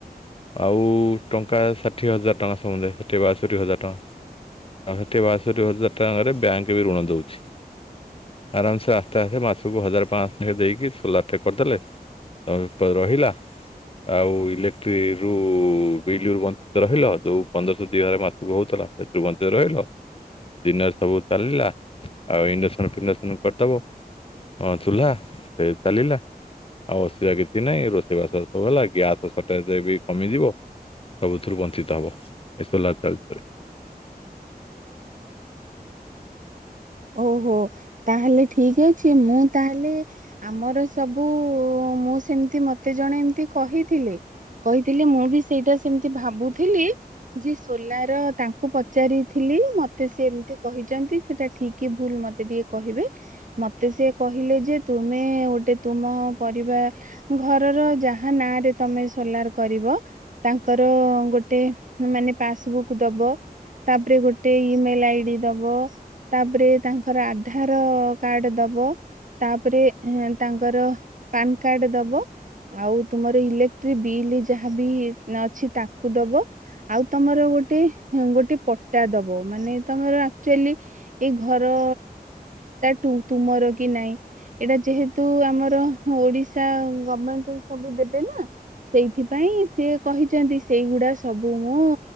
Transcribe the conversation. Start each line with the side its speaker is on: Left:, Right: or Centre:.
Left: ଆଉ ଟଙ୍କା ଷାଠିଏ ହଜାର ଟଙ୍କା ସମଧାୟେ ଖ ଷାଠିଏ ବାଷଠି ହଜାର ଟଙ୍କା ଆଉ ଷାଠିଏ ବାଷଠି ହଜାର ଟଙ୍କାରେ ବ୍ୟାଙ୍କ ବି ଋଣ ଦୋଉଛି? ଆରାମସେ ଆସ୍ତେ ଆସ୍ତେ ମାସକୁ ହଜାର ପାଂଶ ଲେଖା ଦେଇକି ସୋଲାରଟେ କରଦେଲେ ତମେ ଯେତଳେ ରହିଲା ଆଉ ଇଲେକ୍ଟ୍ରି ରୁ ବିଲ ବଞ୍ଚିତ ରହିଲ ଯୋଉ ପନ୍ଦରଶ ଦି ହାଜାର ମାସକୁ ହୋଉଥୁଲା ସେଥିରୁ ବଞ୍ଚେଇ ରଖିଲ ଦିନରେ ସବୁ ଚାଲିଲା ଆଉ ଇଣ୍ଡକ୍ସନ ଫିଣ୍ଡକ୍ସନ କରିଦବ ହଁ ଚୁଲହା ଏଇ ଚାଲିଲା ଆଉ ଅସୁବିଧା କିଛି ନାହିଁ ରୋଷେଇବାସ ସବୁ ହେଲା ଗ୍ୟାସ ସଟେଜଟା ବି କମିଯିବ। ସବୁଥୁରୁ ବଞ୍ଚିତ ହବ ଏ ସୋଲାର ଚାଲଥିଲେ।
Right: ଓହୋ ତାହେଲେ ଠିକ ଅଛି ମୁଁ ତାହେଲେ ଆମର ସବୁ ମୁଁ ସେମତି ମତେ ଜଣେ ଏମତି କହିଥିଲେ। କହିଥିଲି ମୁଁ ବି ସେଇଟା ସେମତି ଭାବୁଥିଲି ଯିଏ ସୋଲାର ତାଙ୍କୁ ପଚାରିଥିଲି ମତେ ସିଏ ଏମତି କହିଚନ୍ତି ସେଟା ଠିକ୍ କି ଭୁଲ ମତେ ଟିକେ କହିବେ। ମତେ ସେ କହିଲେ ଯେ ତୁମେ ଗୋଟେ ତୁମ ପରିବା ଘରର ଯାହା ନାଁରେ ତମେ ସୋଲାର କରିବ ତାଙ୍କର ଗୋଟେ ମାନେ ପାସବୁକ୍ ଦବ। ତାପରେ ଗୋଟେ ଇମେଲ ଆଇ ଡି ଦବ। ତାପରେ ତାଙ୍କର ଆଧାର କାର୍ଡ ଦବ। ତାପରେ ତାଙ୍କର ପାନ କାର୍ଡ ଦବ। ଆଉ ତୁମର ଇଲେକ୍ଟ୍ରିକ ବିଲ୍ ଯାହାବି ଅଛି ତାକୁ ଦବ। ଆଉ ତମର ଗୋଟେ ଗୋଟେ ପଟା ଦବ ମାନେ ତମର ଆକ୍ଚୁଆଲି ଏଇ ଘର ଟୁ ତୁମର କି ନାଇଁ? ଏଇଟା ଯେହେତୁ ଆମର ଓଡିଶା ଗଭମେଣ୍ଟ ସବୁ ଦେବେ ନା? ସେଇଥିପାଇଁ ସେ କହିଛନ୍ତି ସେଇଗୁଡା ସବୁ ମୁଁ